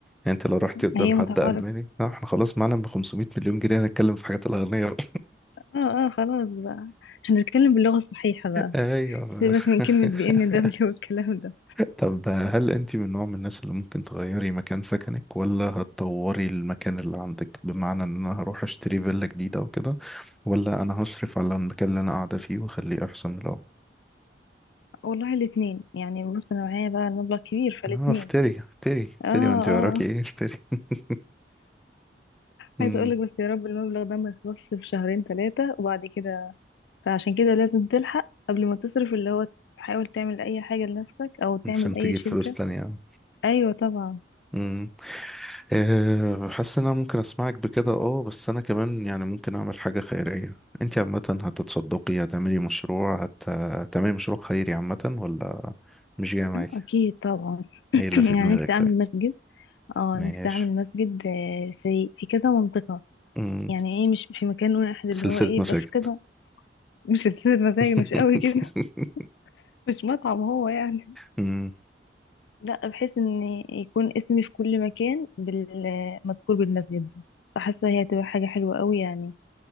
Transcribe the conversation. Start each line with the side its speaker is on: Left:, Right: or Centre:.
Centre: انت لو رحت قدام
Left: هي
Centre: حد
Left: متعارف
Centre: ألماني اه احنا خلاص معانا ب 500 مليون جنيه هنتكلم في حاجات الأغنية بقى.
Left: اه اه خلاص بقى احنا نتكلم باللغة الصحيحة بقى
Centre: <laughs> ايوه
Left: سيبك من كلمة بي ام
Centre: <laughs>
Left: دبليو <laughs> والكلام ده
Centre: طب هل انت من نوع من الناس اللي ممكن تغيري مكان سكنك ولا هتطوري المكان اللي عندك بمعنى ان انا هروح اشتري فيلا جديدة وكده ولا انا هصرف على المكان اللي انا قاعدة فيه واخليه احسن من الاول
Left: والله الاتنين يعني بص انا معايا بقى المبلغ كبير فالاتنين
Centre: اه افتري افتري افتري
Left: اه اه
Centre: وانت وراكي ايه افتري <laughs> مم.
Left: عايزة اقولك بس يا رب المبلغ ده ما يخلصش في شهرين ثلاثة وبعد كده فعشان كده لازم تلحق قبل ما تصرف اللي هو تحاول تعمل اي حاجة لنفسك او تعمل
Centre: عشان تجيب
Left: اي شركة
Centre: فلوس تانية
Left: ايوه طبعا
Centre: امم أه حاسس ان انا ممكن اسمعك بكده اه بس انا كمان يعني ممكن اعمل حاجة خيرية انت عامة هتتصدقي هتعملي مشروع هت... هتعملي مشروع خيري عامة ولا مش جاية معاكي
Left: اكيد طبعا <clears throat>
Centre: ايه اللي في دماغك
Left: يعني نفسي اعمل
Centre: طيب
Left: مسجد اه
Centre: ماشي
Left: نفسي اعمل مسجد آه، في في كذا منطقة
Centre: مم.
Left: يعني ايه مش في مكان واحد اللي
Centre: سلسلة
Left: هو ايه
Centre: مساجد
Left: يبقى في كذا <laughs> مش هتسافر مزاج
Centre: <laughs>
Left: مش قوي كده <laughs> مش مطعم هو يعني
Centre: مم.
Left: لا بحيث ان يكون اسمي في كل مكان بال- مذكور بالمسجد ده فحاسة هي هتبقى حاجة حلوة قوي يعني